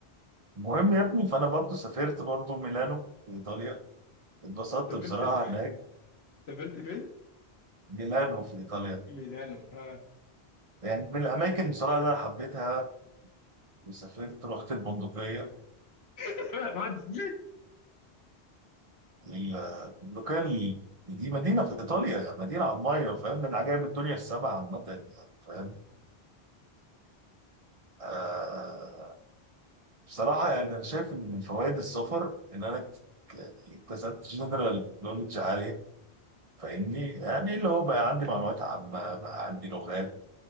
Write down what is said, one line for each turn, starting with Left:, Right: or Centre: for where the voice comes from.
Right: المهم يا ابني فأنا برضه سافرت برضه ميلانو في إيطاليا اتبسطت
Left: سافرت
Right: بصراحة هناك
Left: سافرت فين
Right: ميلانو في إيطاليا
Left: ميلانو ها
Right: يعني من الأماكن بصراحة اللي أنا حبيتها وسافرت رحت البندقية
Left: <laughs>
Right: ال- البقال دي مدينة في إيطاليا مدينة على المية فاهم من عجائب الدنيا السبع عامة فاهم آه بصراحة يعني أنا شايف إن من فوائد السفر إن أنا ك- ك- اكتسبت جنرال نولج عالية فاهمني يعني اللي هو بقى عندي معلومات عامة بقى عندي لغات